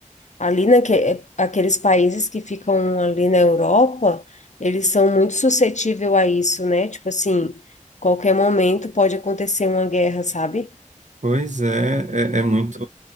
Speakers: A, on the left; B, on the right.
A: ali naque, é, aqueles países que ficam ali na Europa, eles são muito suscetíveis a isso, né? Tipo assim, qualquer momento pode acontecer uma guerra, sabe?
B: Pois é, é, é muito